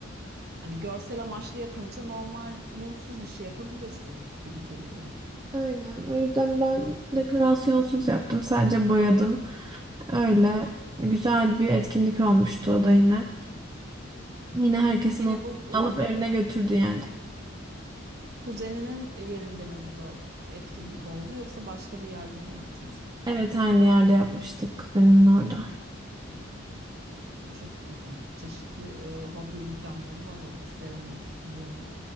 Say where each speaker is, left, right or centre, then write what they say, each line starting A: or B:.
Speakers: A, on the right; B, on the right.
A: Hani görsel amaçlı yapınca normal mumsuz bir şey yapabilirsin gibi geliyor.
B: Aynen. O yüzden ben dekorasyonsuz yaptım. Sadece boyadım. Öyle güzel bir etkinlik olmuştu o da yine. Yine herkesin
A: Yine
B: onu
A: bu
B: alıp
A: e, ku-
B: evine götürdü yani.
A: ku- kuzeninin yerinde mi bu da etkinlik oldu yoksa başka bir yerde mi yaptınız?
B: Evet aynı yerde yapmıştık benim orada.
A: Çok güzel. Çeşitli e, hobi imkanları var orada. Seramik, mum.